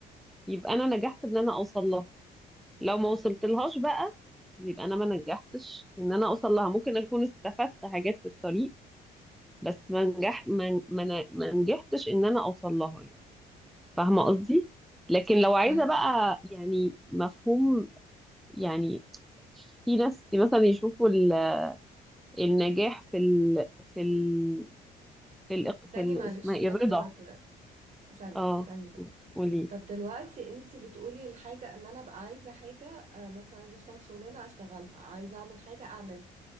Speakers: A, in the centre; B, on the right (about 45°).
A: يبقى انا نجحت ان انا اوصل لها لو ما وصلت لهاش بقى يبقى انا ما نجحتش ان انا اوصل لها ممكن اكون استفدت حاجات في الطريق بس ما نجح ما ما, ما نجحتش ان انا اوصل لها يعني فاهمة قصدي لكن لو عايزة
B: فاهم
A: بقى يعني مفهوم يعني في ناس مثلا يشوفوا ال- النجاح في ال في ال في ال في
B: تاني
A: ال
B: معلش
A: اسمها ايه
B: قبل
A: الرضا
B: ما ت... ثانية
A: اه
B: استني بس
A: قولي
B: طب دلوقتي انت بتقولي الحاجة ان انا ابقى عايزة حاجة آه، مثلا عايزة اشتغل شغلانة اشتغلها عايزة اعمل حاجة اعملها